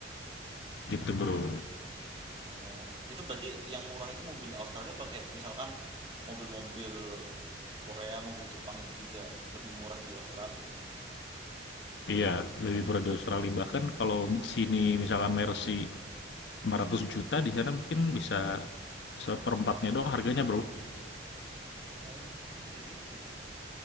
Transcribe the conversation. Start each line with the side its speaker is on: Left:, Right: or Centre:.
Left: gitu bro
Right: Oh, itu berarti yang murah itu mobil Australia pakai misalkan mobil-mobil Korea, mobil Jepang itu juga lebih murah di Australia.
Left: iya lebih murah di Australia bahkan kalau di sini misalkan Mercy lima ratus juta di sana mungkin bisa seperempatnya doang harganya bro
Right: Oh, bisa gitu ya.